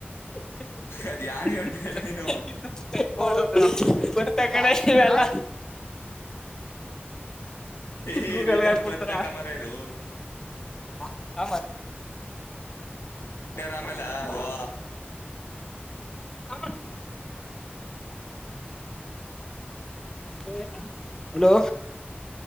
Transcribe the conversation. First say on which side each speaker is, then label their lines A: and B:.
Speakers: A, on the left; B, on the left.
A: <unintelligible>
B: ಅದ್ ಯಾನ್ ಹೇಳ್ತಿದಳ ನೀನು
A: ಇವೆಲ್ಲ
B: ಏ
A: ಗೂಗಲ್ಗೆ
B: ರಿಟರ್ನ್
A: ಹಾಕಿಬಿಡ್ತಾನ
B: ಬತ್ತಕ ಮರ ಇದು
A: ಹಾ ಆಮ
B: ಆಮೇಲ್ಲ ಓಹೋ
A: <unintelligible> ಹೇ ಹಲೋ